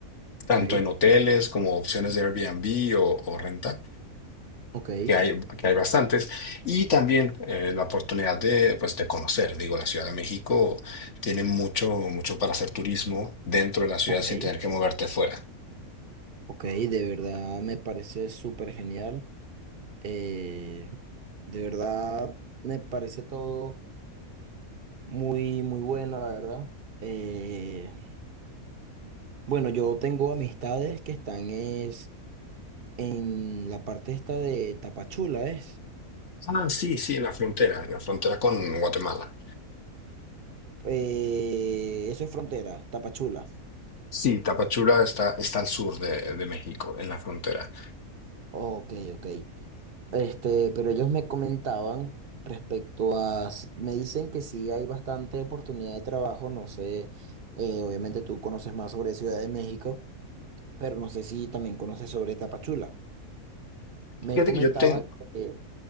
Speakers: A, on the right; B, on the left.
A: Ok.
B: tanto en hoteles como opciones de Airbnb o, o renta,
A: Ok.
B: que hay, que hay bastantes, y también eh, la oportunidad de, pues, de conocer, digo, la Ciudad de México tiene mucho, mucho para hacer turismo dentro de la ciudad
A: Ok.
B: sin tener que moverte fuera.
A: Ok. De verdad me parece súper genial. Eh, de verdad, me parece todo muy, muy bueno, la verdad. Eh, bueno, yo tengo amistades que están es, en la parte esta de Tapachula, ¿es?
B: Ah, sí, sí, en la frontera, en la frontera con Guatemala.
A: Eh, eso es frontera, Tapachula.
B: Sí, Tapachula está, está al sur de, de México, en la frontera.
A: Ok, ok. Este, pero ellos me comentaban respecto a, s- me dicen que sí hay bastante oportunidad de trabajo, no sé, eh, obviamente tú conoces más sobre Ciudad de México. pero no sé si también conoces sobre Tapachula. Me
B: Fíjate
A: comentaban
B: que yo tengo...
A: que,